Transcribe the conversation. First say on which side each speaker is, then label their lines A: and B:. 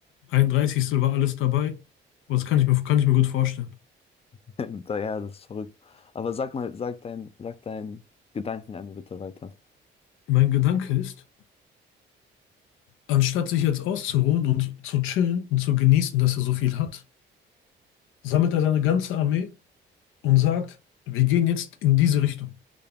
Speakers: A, on the left; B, on the left.
A: ein Dreißigstel war alles dabei. Aber das kann ich mir, kann ich mir gut vorstellen.
B: <laughs> da- ja, das ist verrückt. Aber sag mal, sag dein, sag deinen Gedanken einmal bitte weiter.
A: Mein Gedanke ist, anstatt sich jetzt auszuruhen und zu chillen und zu genießen, dass er so viel hat, sammelt er seine ganze Armee und sagt, wir gehen jetzt in diese Richtung.